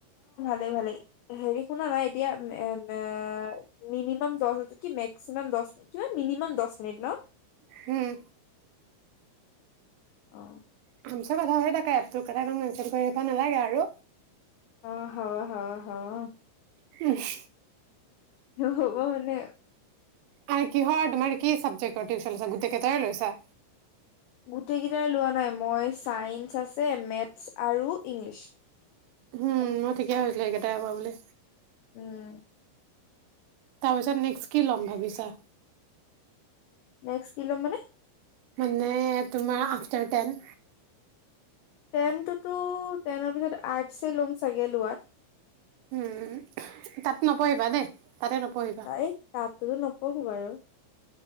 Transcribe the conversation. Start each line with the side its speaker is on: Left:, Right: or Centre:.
Left: ভালে ভালে হেৰি শুনা না এতিয়া এ এ মিনিমাম দ কি মেক্সিমাম দ মিনি মিনিমাম দহ মিনিট ন
Right: হম
Left: অহ
Right: মিচা কথা হৈ থাকে এপ টোত কথা খিনি মেনশন কৰিব নালাগে আৰু
Left: অ হয় হয় হয়
Right: হম <unintelligible>
Left: হ'বনে
Right: আৰু কিহৰ তোমাৰ কি চাবজেক্ট গোটেই কেইটাৰে লৈছা?
Left: গোটেইকেইটাৰে লোৱা নাই মই ছাইন্স আছে মেথছ আৰু ইংলিছ।
Right: উম মই ঠিকে ভাবিছিলোঁ এইকেইটাই লবা বুলি।
Left: উম
Right: তাৰ পিছত নেক্সট কি ল'ম ভাবিছা।
Left: নেক্স কি লম মানে?
Right: মানে তোমাৰ আফ্টাৰ টেন।
Left: টেনটোতো টেনৰ পিছত আৰ্টছেই ল'ম চাগে লোৱাত।
Right: উম তাত নপঢ়িবা দেই। তাতে নপঢ়িবা
Left: তাই তাত নপঢ়ো বাৰু।